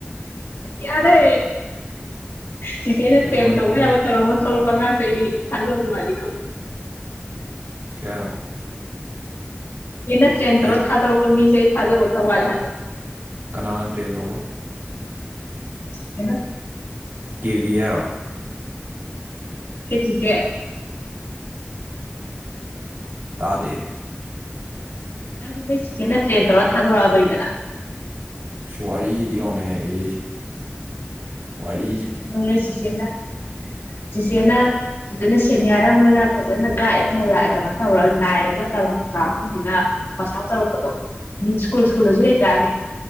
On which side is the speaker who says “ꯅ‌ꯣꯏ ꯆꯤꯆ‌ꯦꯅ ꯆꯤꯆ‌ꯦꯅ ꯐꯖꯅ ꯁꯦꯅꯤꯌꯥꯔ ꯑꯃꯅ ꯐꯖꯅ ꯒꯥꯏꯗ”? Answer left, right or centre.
Left